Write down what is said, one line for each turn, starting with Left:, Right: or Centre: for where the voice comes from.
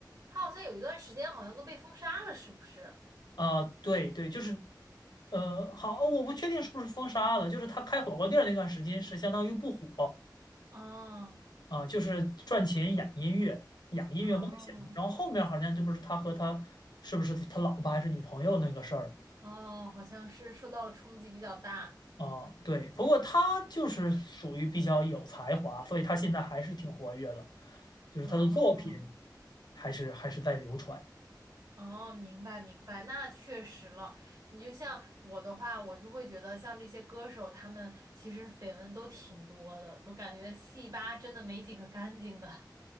Right: 他好像有一段时间好像都被封杀了，是不是？
Left: 啊。对对，就是，呃，好，我不确定是不是封杀了，就是他开火锅店儿那段时间是相当于不火
Right: 哦
Left: 啊，就是赚钱养音乐，养音乐梦想。
Right: 哦
Left: 然后后面好像这不是他和他是不是他老婆还是女朋友那个事儿。
Right: 哦，好像是受到了冲击比较大。
Left: 哦，对，不过他就是属于比较有才华，所以他现在还是挺活跃的，就是他的作品
Right: 哦
Left: 还是还是在流传。
Right: 哦，明白明白，那确实了。你就像我的话，我就会觉得像这些歌手，他们其实绯闻都挺多的，都感觉戏吧真的没几个干净的。